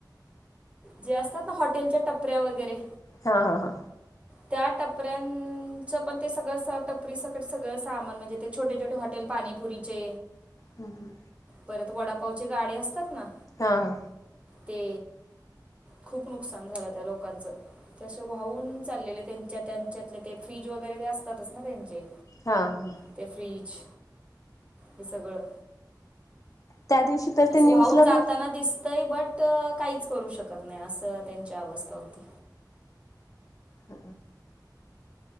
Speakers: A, on the right (about 15°); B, on the left (about 50°).
A: जे असतात ना हॉटेलच्या टपऱ्या वगैरे.
B: हा हा हा
A: त्या टपऱ्यांचं पण ते सगळं टपरी स सगळं सामान म्हणजे ते छोटे छोटे हॉटेल पाणीपुरीचे
B: हा हा
A: परत वडापावचे गाडे असतात ना
B: हा हा
A: ते खूप नुकसान झालं त्या लोकांचं ते अशे वाहून चाललेले त्यांच्या त्यांच्यातले ते फ्रीज वगैरे असतातच ना त्यांचे.
B: हां हां
A: ते फ्रीज ते सगळं.
B: त्या दिवशी तर
A: असं
B: ते न्यूजला
A: वाहून जाताना
B: बघ
A: दिस तय बट काहीच करू शकत नाही असं त्यांची अवस्था होती.
B: ह